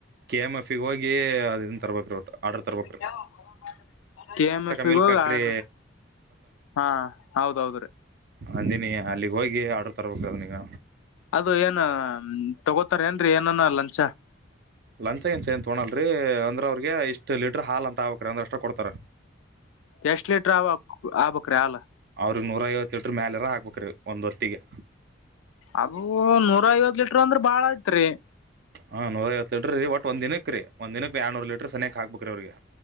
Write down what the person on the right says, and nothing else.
ಕೆ ಎಮಂ ಎಫ್ ಹೋಗಿ ಅದನ್ನ ತರ್ಬೇಕು ರಟ್ ಆರ್ಡರ್ ತರ್ಬೇಕು
ಮಿಲ್
ಫ್ಯಾಕ್ಟ್ರಿ
ಹಂದಿನಿ ಅಲ್ಲಿ ಹೋಗಿ ಆರ್ಡ್ರರ್ ತರ್ಬೇಕದು ನೀಗ
ಲಂಚಗಿಂಚ ಏನ್ ತಗೋಲ್ರರಿ ಅಂದ್ರೆ ಅವ್ರಿಗೆ ಇಷ್ಟ್ ಲೀಟ್ರ ಹಾಲ್ ಅಂತ ಆಾಬೇಕಕ್್ರೀ ಅಂದ್ರ ಅಷ್ಟ ಕೊಡ್ತಾರ
ಅವ್ರಗ್ ನೂರ ಐವತ್ತು ಎಟ್ರ ಮೇಲೆ ಎಾರ ಹಾಕ್ಬೇಕ್ರೀ ಒಂದ್ ಹೊತ್ತತಿಿಗೆ
ಹಾ ನೂರೈವತ್ತು ಲೀಟ್ರರೀ ಬಟ್ ಒಂದ ದಿನಕ್ ರೀ ಒಂದ ದಿನಕ್ ರ ಯಾಡ್ನೂರ್ ಲೀಟರ್ ಸನೆಕ್ ಹಾಕ್ಬೇಕ್ರೀ ಅವ್ರಿಗೆ